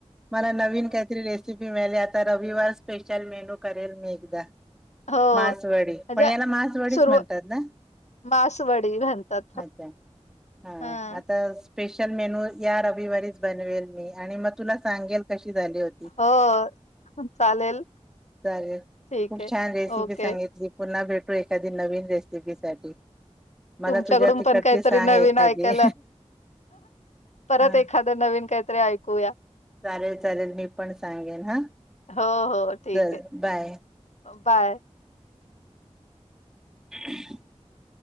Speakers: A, in the centre; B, on the left (about 75°).
A: मला नवीन काहीतरी रेसिपी मिळाली आता रविवार स्पेशल मेनू करेल मी एकदा!
B: हो
A: मासवडी
B: म्हणजे
A: पण याला मासवडीच
B: सुरव
A: म्हणतात ना?
B: मासवडी म्हणतात फक्त
A: अच्छा हा.
B: ह
A: स्पेशल मेनू या रविवारीच बनवेल मी, आणि मग तुला सांगेल कशी झाली होती.
B: हो चालेल
A: चालेल
B: ठीक
A: खूप
B: आहे
A: छान रेसिपी
B: ओके
A: सांगितली पुन्हा भेट एखादी नवीन रेसिपी साठी? मला
B: तुमच्याकडून
A: तुझ्या तिकडची
B: पण काहीतरी
A: सांग
B: नवीन
A: एखादी?
B: ऐकायला परत
A: हा
B: एखाद नवीन काहीतरी ऐकूया,
A: चालेल चालेल मी पण सांगेन हा
B: हो हो ठीक
A: चल
B: आहे.
A: Bye
B: bye.
A: <inaudible>